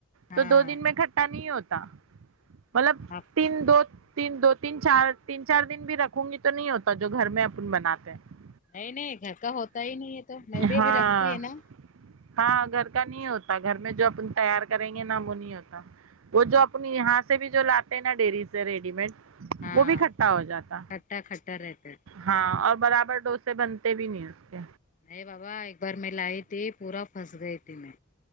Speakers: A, on the left (about 40°); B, on the right (about 70°).
A: ہاں
B: تو دو دن میں کٹھا نہیں ہوتا مطلب
A: آپ
B: تین دو تین دو تین چار تین چار دن بھی رکھوں گی تو نہیں ہوتا جو گھر میں اپن بناتے ہیں
A: نہیں نہیں گھر کا ہوتا ہی نہیں ہے تو میں بھی
B: ہاں
A: ابھی رکھتی ہے نا
B: ہاں گھر کا نہیں ہوتا گھر میں جو اپن تیار کریں گے نا وہ نہیں آتا وہ جو اپنی یہاں سے بھی جو لاتے ہیں نا ڈیری سے ریڈیمڈ
A: ہاں
B: وہ بھی کٹھا ہو جاتا
A: کھٹا کھٹا رہتا ہے
B: ہاں اور برابر ڈوسے بنتے بھی نہیں اس کے
A: نہیں بابا ایک بار میں لائی تھی پورا پھنس گئی تھی میں